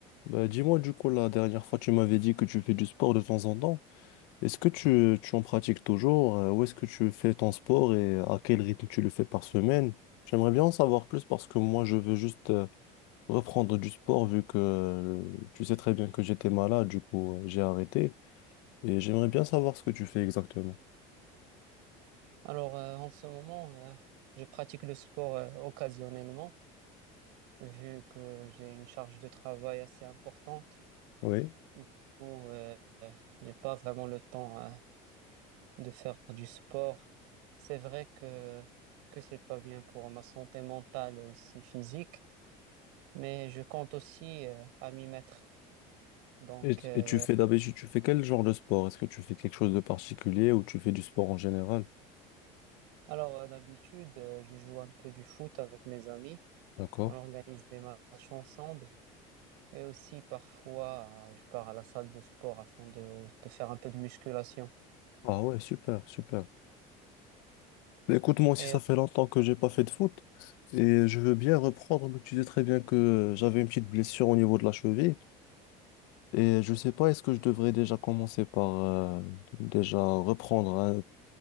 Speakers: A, on the left; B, on the right.
A: Bah, dis-moi du coup, la dernière fois, tu m'avais dit que tu fais du sport de temps en temps. Est-ce que tu, tu en pratiques toujours? euh, Où est-ce que tu fais ton sport et à quel rythme tu le fais par semaine? J'aimerais bien en savoir plus parce que moi, je veux juste euh, reprendre du sport vu que euh, tu sais très bien que j'étais malade, du coup, euh, j'ai arrêté. Et j'aimerais bien savoir ce que tu fais exactement.
B: Alors, euh, en ce moment, euh, je pratique le sport euh, occasionnellement, vu que j'ai une charge de travail assez importante.
A: Oui.
B: Du coup, euh, j'ai pas vraiment le temps, euh, de faire du sport. C'est vrai que que c'est pas bien pour ma santé mentale et aussi physique, mais je compte aussi euh, à m'y mettre. Donc,
A: Et,
B: euh,
A: et tu fais d'habitude, tu fais quel genre de sport? Est-ce que tu fais quelque chose de particulier ou tu fais du sport en général?
B: alors euh, d'habitude, euh, je joue un peu du foot avec mes amis.
A: D'accord.
B: On organise des matchs ensemble. Et aussi, parfois, euh, je pars à la salle de sport afin de, de faire un peu de musculation.
A: Ah ouais, super, super. Mais écoute, moi aussi,
B: Et
A: ça fait longtemps que j'ai pas fait de foot et je veux bien reprendre, mais tu sais très bien que euh, j'avais une petite blessure au niveau de la cheville et je sais pas, est-ce que je devrais déjà commencer par euh, déjà reprendre hein,